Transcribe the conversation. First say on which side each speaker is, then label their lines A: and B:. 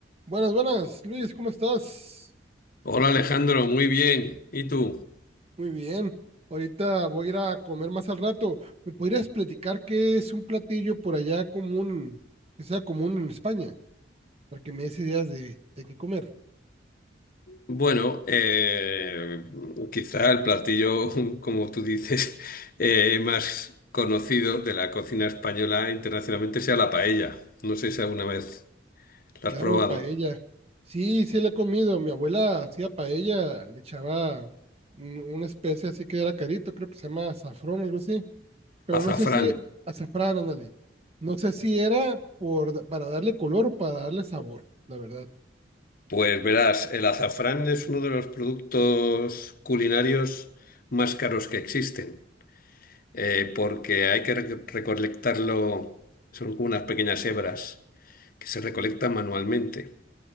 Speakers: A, on the right; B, on the left.
A: Buenas, buenas, Luis, ¿cómo estás?
B: Hola Alejandro, muy bien. ¿Y tú?
A: Muy bien. Ahorita voy a ir a comer más al rato. ¿Me podrías platicar qué es un platillo por allá común, que sea común en España, para que me des ideas de, de qué comer?
B: Bueno, eh, quizá el platillo, <laughs> como tú dices, <laughs> eh, más conocido de la cocina española internacionalmente sea la paella. No sé si alguna vez la
A: Claro,
B: has probado.
A: paella. Sí, sí la he comido. Mi abuela hacía paella, le echaba un- una especie así que era carito, creo que se llama azafrón, algo así. Pero
B: Azafrán.
A: no sé si, azafrán, ándale. No sé si era por, para darle color o para darle sabor, la verdad.
B: Pues verás, el azafrán es uno de los productos culinarios más caros que existen, eh, porque hay que reco- recolectarlo, son como unas pequeñas hebras que se recolectan manualmente.